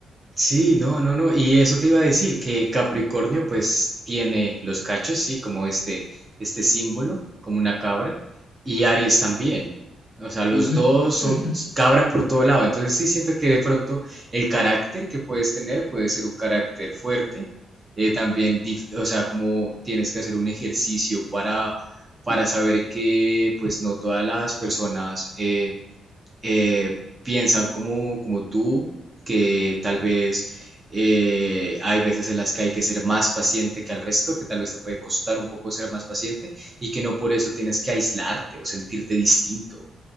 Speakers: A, on the right (about 25°); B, on the left (about 25°).
A: Sí, no, no, no. Y eso te iba a decir, que Capricornio pues tiene los cachos, sí, como este, este símbolo, como una cabra, y Aries también. O sea, los
B: <laughs> Ujú.
A: dos son
B: <laughs>
A: cabra por todo lado. Entonces sí siento que de pronto el carácter que puedes tener puede ser un carácter fuerte. eh, también, dif- o sea, como tienes que hacer un ejercicio para, para saber que pues no todas las personas... eh, eh, piensan como, como tú, que tal vez eh, hay veces en las que hay que ser más paciente que al resto, que tal vez te puede costar un poco ser más paciente y que no por eso tienes que aislarte o sentirte distinto